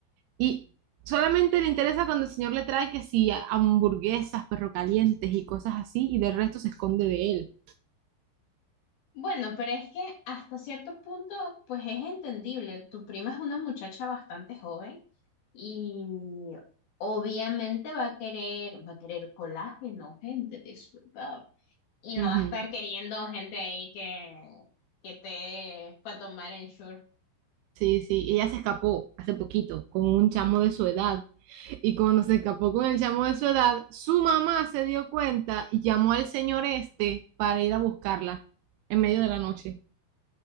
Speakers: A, on the right; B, on the left.
A: Y solamente le interesa cuando el señor le trae que sí, a- hamburguesas, perro calientes y cosas así, y del resto se esconde de él.
B: Bueno, pero es que hasta cierto punto, pues es entendible. Tu prima es una muchacha bastante joven Y obviamente va a querer, va a querer colágeno, gente descuidado. Y no
A: Ujú.
B: va a estar queriendo gente ahí que, que te para tomar en short
A: Sí, sí, ella se escapó hace poquito con un chamo de su edad. Y cuando se escapó con el chamo de su edad, su mamá se dio cuenta y llamó al señor este para ir a buscarla en medio de la noche.